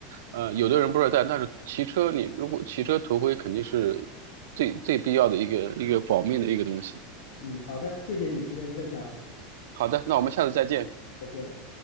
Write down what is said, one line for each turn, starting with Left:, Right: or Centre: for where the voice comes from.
Right: 呃，有的人不知道戴，但是骑车你如果骑车头盔肯定是最最必要的一个一个保命的一个东西。
Left: 嗯，好的，谢谢你今天的分享，
Right: 好的，那我们下次再见。
Left: 再见。